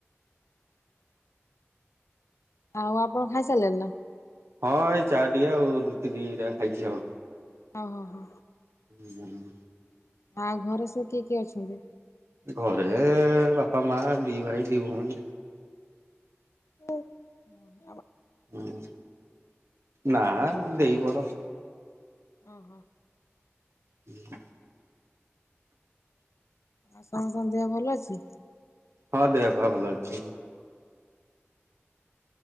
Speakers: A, on the left (about 85°); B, on the right (about 70°).
A: <unintelligible> ଆଉ ଆପଣ ଖାଇସାରିଲେଣି ନା?
B: ହଁ ଏଇ ଚାଆ ଟିକେ ଆଉ ରୁଟି ଦିଇଟା ଖାଇଚି ଆଉ।
A: ଅହ ହଁ।
B: ଉଁ ନା
A: ଆଉ ଘରେ ସବୁ କିଏ କିଏ ଅଛନ୍ତି?
B: ଘରେ ବାପା, ମା, ଦିଭାଇ, ଦିଭୋଉଣୀ।
A: ମୁଁ ଅହଁ।
B: ଅଁ ନା ମୋ ଦେଇ ବଡ।
A: ଓହୋ।
B: ହ।
A: ଆଉ ସମସ୍ତଙ୍କ ଦେହ ଭଲଅଛି?
B: ହଁ ଦେହପା ଭଲଅଛି।